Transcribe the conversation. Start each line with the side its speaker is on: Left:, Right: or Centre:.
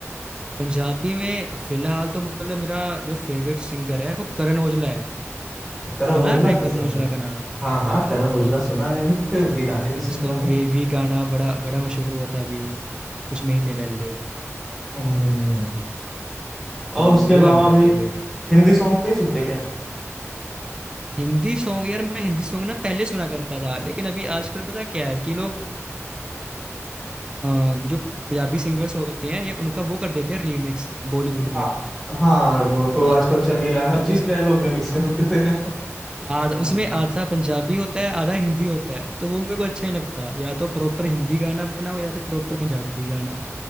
Right: पंजाबी में फिलहाल तो मतलब मेरा जो फेवरेट सिंगर है वो करण औजला है
Centre: अच्छा करण
Right: सुना
Centre: ओजला
Right: है आपने करण
Centre: के सुन
Right: औजला
Centre: रहे
Right: का नाम
Centre: हो हाँ हाँ करण ओजला सुना है <laughs> फिर उसके गाने भी
Right: उसका
Centre: सुनता
Right: वो
Centre: हूँ
Right: वेवी गाना बड़ा बड़ा मशहूर हुआ था अभी कुछ महीने पहले
Centre: हम्म,
Right: तो
Centre: और उसके
Right: वो
Centre: अलावा
Right: है मेरा
Centre: भी
Right: फेवरेट
Centre: हिंदी सॉन्ग नहीं सुनते क्या
Right: हिंदी सॉन्ग यार मैं हिंदी सॉन्ग ना पहले सुना करता था लेकिन अभी आजकल पता क्या है कि लोग अ, जो पंजाबी सिंगर्स होते हैं ये उनका वो कर देते हैं रीमिक्स बॉलीवुड
Centre: हाँ
Right: में
Centre: हाँ वो तो
Right: हाँ
Centre: आजकल चल ही रहा है हर
Right: तो
Centre: चीज
Right: उस
Centre: का ये लोग रिमिक्स
Right: हाँ
Centre: कर देते हैं
Right: आधा
Centre: <laughs>
Right: उसमें आधा पंजाबी होता है आधा हिंदी होता है तो वो मेरे को अच्छा ही लगता या तो प्रॉपर हिंदी गाना बनाओ या फिर प्रॉपर पंजाबी गाना